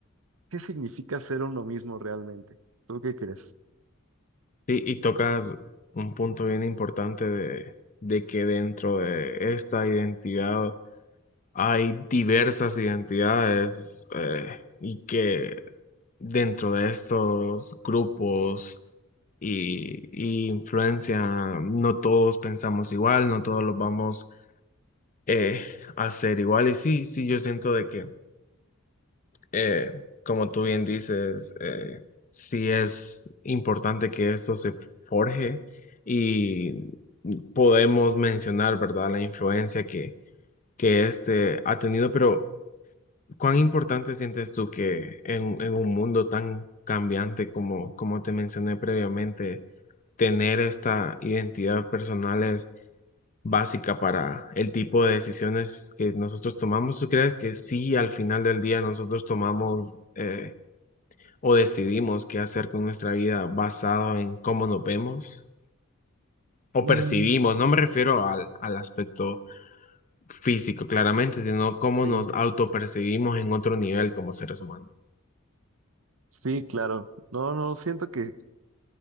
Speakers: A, on the right; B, on the left.
A: ¿qué significa ser uno mismo realmente? ¿Tú qué crees?
B: Sí, y tocas un punto bien importante de, de que dentro de esta identidad hay diversas identidades eh, y que dentro de estos grupos y, y influencia no todos pensamos igual, no todos los vamos eh, a hacer igual. Y sí, sí, yo siento de que eh, como tú bien dices, eh, sí es importante que esto se forje y podemos mencionar, ¿verdad?, la influencia que, que este ha tenido, pero ¿cuán importante sientes tú que en, en un mundo tan cambiante como, como te mencioné previamente, tener esta identidad personal es básica para el tipo de decisiones que nosotros tomamos? ¿Tú crees que sí, al final del día nosotros tomamos... eh, o decidimos qué hacer con nuestra vida basado en cómo nos vemos o
A: Mm,
B: percibimos, no me refiero al, al aspecto físico claramente, sino cómo
A: sí,
B: nos autopercibimos en otro nivel como seres humanos.
A: sí, claro. No, no, siento que